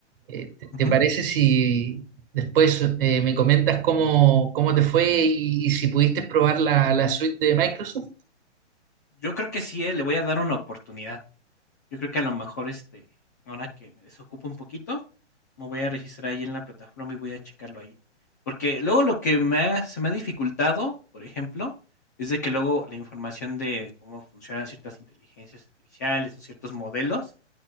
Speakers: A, on the right; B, on the left.
A: Eh, ¿te,
B: ujú.
A: te parece si después eh, me comentas cómo, cómo te fue y, y si pudiste probar la, la suite de Microsoft?
B: Yo creo que sí, eh, le voy a dar una oportunidad. Yo creo que a lo mejor, este, ahora que me desocupo un poquito, me voy a registrar ahí en la plataforma y voy a checarlo ahí. Porque luego lo que me ha- se me ha dificultado, por ejemplo, es de que luego la información de cómo funcionan ciertas inteligencias artificiales o ciertos modelos,